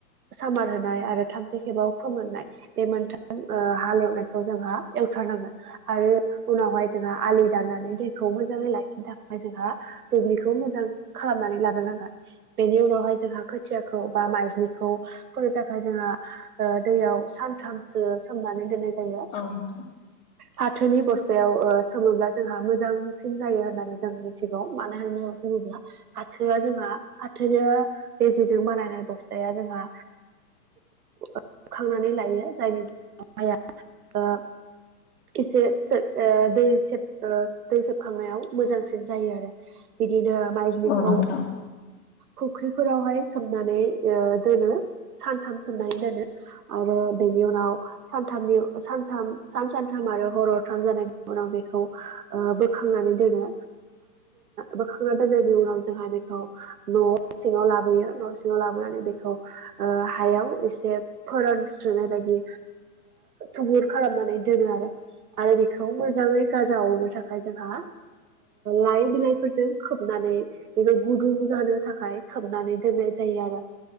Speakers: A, on the right; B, on the left.
A: सामार होनाय आरो थामथि खेबाव फोमोननाय बे मोनथाम हालेवनायखौ जोंहा एवथारनांगोन आरो उनावहाय जोंहा आलि दाननानै दैखौ मोजाङै लाखिनो थाखाय जोंहा दुब्लिखौ मोजां खालामनानै लाग्रोनांगोन बेनि उनावहाय जोंहा खोथियाखौ बा माइज्लिखौ फोनो थाखाय जोंहा दैयाव सानथामसो सोमनानै दोननाय जायो
B: औ नोंथां
A: फाथोनि बस्ता बेयाव सोमोब्ला जोंहा मोजांसिन जायो होननानै जों मिथिगौ मानो होननानै बुङोब्ला फाथोआ जोंहा फाथोनि बेेजेजों बानायनाय बस्थाया जोंहा दैखौ बोखांनानै लायो जायनि जाउनाव माइया एसे दै दै सोबखांनायाव मोजांसिन जायो आरो बिदिनो माइज्लिखौ
B: औ नोंथां
A: फुख्रिफोरावहाय सोमनानै दोनो सानथाम सोमनानै दोनो आरो बेनि उनाव सानथामनि सानथाम सान सानथाम आरो हर हरथाम जानाय उनाव उनाव बेखौ बोखांनानै दोनो बोखांना दोननायनि उनाव जोंहा बेखौ न' सिङाव लाबोयो न' सिङाव लाबोनानै बेखौ हायाव एसे फोरानस्रोनाय बायदि थुबुर खालामनानै दोनो आरो। आरो बेखौ मोजाङै गाजा अरनो थाखाय जोंहा लाइ बिलाइफोरजों खोबनानै गुुदुं जानो थाखाय खोबनानै दोननाय जायो आरो